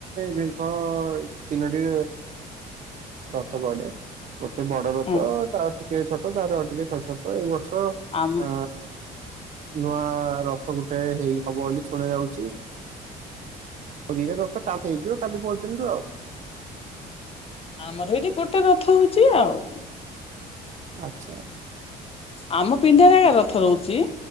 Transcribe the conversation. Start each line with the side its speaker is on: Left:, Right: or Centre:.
Right: ଦୀର୍ଘ ତିନୋଟି। ରଥ ଗଡେ ଗୋଟେ ବଡ ରଥ
Left: ହଁ
Right: ତ ଆଉ ଟିକେ ଛୋଟ ତାପରେ ଆଉ ଟିକେ ଛୋଟ ଛୋଟ ଏଇ ବର୍ଷ।
Left: ଆମ।
Right: ଆ ନୂଆ ରଥ ଗୋଟେ ହେଇ ହବ ବୋଲି ଶୁଣା ଯାଉଛି। ଆଉ ଦିଟା ରଥ କାମ ହେଇଯିବ କାଲି ପର୍ଯ୍ୟନ୍ତରୁ ଆଉ।
Left: ଆମର ଏଇଠି ଗୋଟେ ରଥ ହଉଛି ଆଉ।
Right: ଆଚ୍ଛା ଆଚ୍ଛା।
Left: ଆମ ପିଣ୍ଡାରେ ଏକା ରଥ ରହୁଛି।